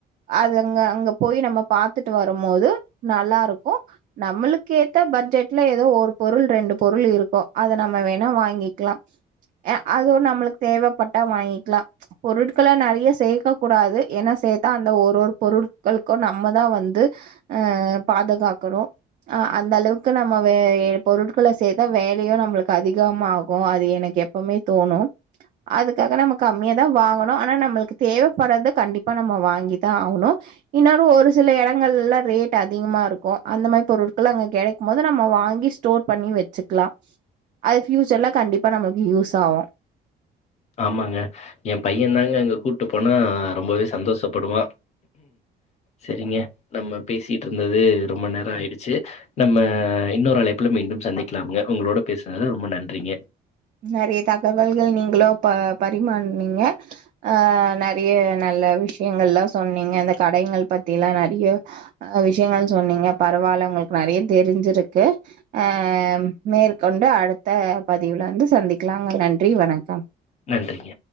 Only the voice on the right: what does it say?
அதுங்க அங்க போய் நம்ம பாத்துட்டு வரும் போது நல்லா இருக்கு நம்மளுக்க ஏத்த பட்ஜெட்ல ஏதோ ஒரு பொருள் ரெண்டு பொருள் இருக்கு அத நம்ம வேணா வாங்கிக்கலா எ அதுவு நம்ளுக்கு தேவப்பட்டா வாங்கிக்கலா பொருட்கள நெறைய சேர்க்க கூடாது ஏன்ன சேத்தா அந்த ஒரு பொருட்களுக்கு நம்ம தா வந்து பாதுகாக்கணு அந்த அளவுக்கு நம்ம வே பொருட்கள சேதா வேண்ட லையு நம்ளுக்கு அதிகமாகு அது எனக்கு எப்பிமே தோணு அதுக்காக நம்ம கம்மியா தா வாங்கணு ஆனா நம்மளுக்கு தேவப்பட்றது கண்டிப்பா நம்ம வாங்கிதா ஆகணு இன்னொரு ஒரு சில இடங்கள்லாம் ரேட் அதிகமா இருக்கு அந்த மாரி பொருட்கள் அங்க கெடைக்கும் போது நம்ம வாங்கி ஸ்டோர் பண்ணி வெச்சுக்லா அது ஃபியூச்சர்ல கண்டிப்பா நம்மளுக்கு யூஸ் ஆகு
நெறைய தகவல்கள் நீங்களு பரிமார்னிங்க அ நெறைய நல்ல விஷயங்கள்லா சொன்னீங்க அந்த கடை பத்திலா நெறைய விஷயங்கள் சொன்னீங்க பரவாயில்ல உங்களுக்கு நெறைய தெரிஞ்சிருக்கு அ மேற்கொண்டு அடுத்த பதிவுல வந்து சந்திக்கலாங்க நன்றி வணக்கம்